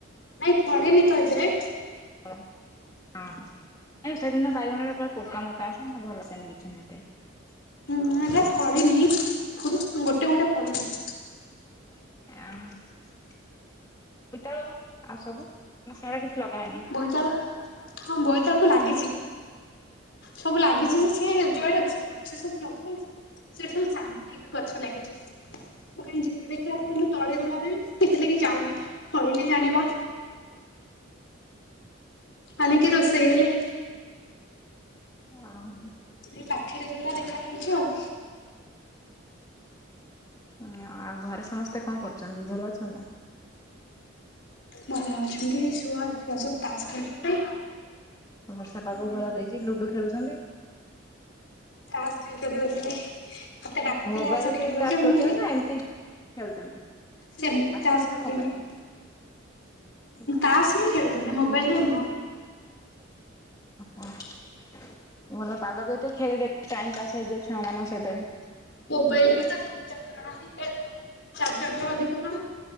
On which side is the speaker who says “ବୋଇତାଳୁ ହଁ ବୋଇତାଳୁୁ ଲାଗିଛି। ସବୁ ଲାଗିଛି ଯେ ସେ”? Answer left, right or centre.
Left